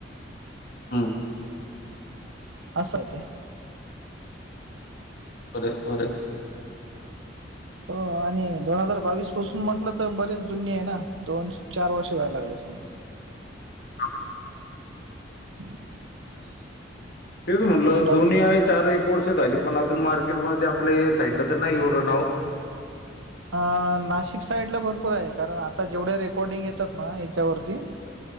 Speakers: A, on the left (about 55°); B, on the right (about 85°).
A: हम्.
B: असं आहे ते.
A: तरे वरे.
B: हो आणि दोन हजार बावीस पासून म्हटलं तर बरेच जुनी आहे ना दोन-चार वर्षे व्हायला लागले समजा.
A: <unintelligible>
B: <inaudible>
A: तेच म्हटलं
B: आता
A: दोन्ही आहे चार एक वर्ष झाली पण अजून मार्केटमध्ये आपल्या साईडला तर नाही एवढं नाव.
B: अ नाशिक साईडला भरपूर आहे कारण आता जेवढ्या रेकॉर्डिंग येतात ना येच्यावरती.